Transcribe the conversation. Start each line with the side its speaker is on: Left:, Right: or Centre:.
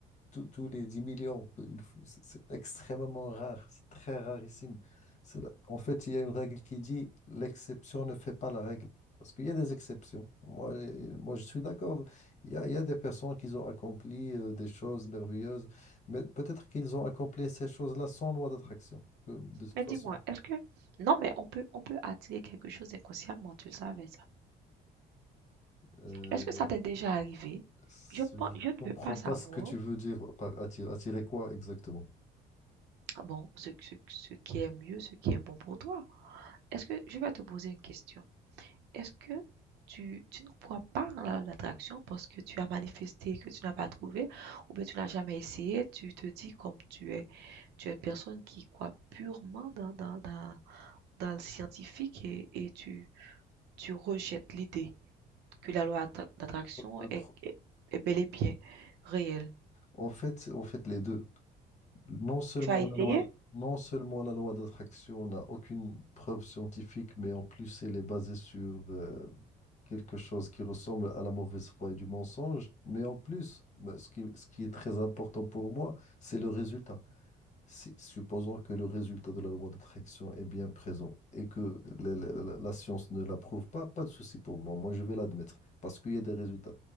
Left: tous tous les 10 millions. peu- il faut- C'est c'est extrêmement rare, c'est très rarissime. C'est la- En fait, il y a une règle qui dit l'exception ne fait pas la règle. Parce qu'il y a des exceptions. Moi, euh, moi je suis d'accord. Il y a, il y a des personnes qui ont accompli euh, des choses merveilleuses, mais peut-être qu'ils ont accompli ces choses-là sans loi d'attraction. Que, De toute
Right: Mais
Left: façon,
Right: dis-moi, est-ce que... Non, mais on peut, on peut attirer quelque chose inconsciemment, tu le savais ça.
Left: euh,
Right: Est-ce que ça t'est déjà arrivé?
Left: c'est-
Right: Je pense,
Left: je ne
Right: je ne
Left: comprends
Right: veux pas savoir,
Left: pas ce que tu veux dire par attirer, attirer quoi exactement.
Right: bon, ce, ce, ce qui est mieux, ce qui est bon pour toi. Est-ce que, je vais te poser une question. Est-ce que tu, tu ne crois pas en la- l'attraction parce que tu as manifesté que tu n'as pas trouvé ou bien tu n'as jamais essayé, tu te dis comme tu es, tu es une personne qui croit purement dans, dans, dans dans le scientifique et, et tu, tu rejettes l'idée que la loi attra- d'attraction
Left: Le pro-
Right: est, est- est bel et bien réelle.
Left: En fait, en fait, les deux. Non seulement
Right: Tu as essayé?
Left: la loi, non seulement la loi d'attraction n'a aucune preuve scientifique, mais en plus elle est basée sur euh, quelque chose qui ressemble à la mauvaise foi et du mensonge. Mais en plus, moi, ce qui, ce qui est très important pour moi, c'est le résultat. Si- supposons que le résultat de la loi d'attraction est bien présent et que la, la- la- la science ne l'approuve pas, pas de souci pour moi. Moi, je vais l'admettre parce qu'il y a des résultats.